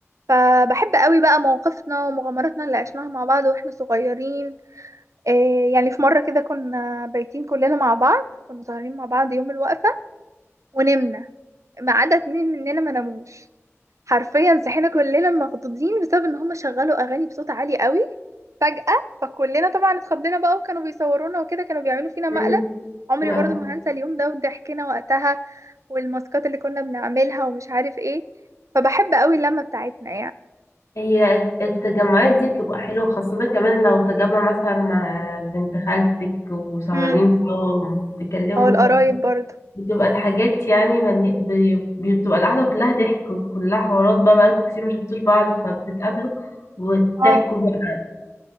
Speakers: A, on the right (about 85°); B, on the left (about 75°).
A: فبحب قوي بقى مواقفنا ومغامراتنا اللي عشناها مع بعض واحنا صغيرين إيه يعني في مرة كده كنا بايتين كلنا مع بعض كنا سهرانين مع بعض يوم الوقفة ونمنا ما عدا اتنين مننا ما ناموش حرفيا صحينا كلنا مخضوضين بسبب ان هم شغلوا اغاني بصوت عالي قوي فجأة فكلنا طبعا اتخضينا بقى وكانوا بيصورونا وكده كانوا بيعملوا فينا
B: مم.
A: مقلب عمري
B: نعم.
A: برضو ما هنسى اليوم ده وضحكنا وقتها والماسكات اللي كنا بنعملها ومش عارف ايه فبحب قوي اللمة بتاعتنا
B: هي الت- التجمعات دي بتبقى حلوة خاصة كمان لو تجمع مثلا مع بنت خالتك وسهرانين
A: يعني
B: سوا وبتتكلموا
A: او القرايب برضه
B: بتبقى الحاجات يعني من... بي- بتبقى القعدة كلها ضحك وكلها حوارات بقى بقالكوا كتير ما شفتوش بعض فبتتقابلوا وتحكوا
A: اه
B: بقى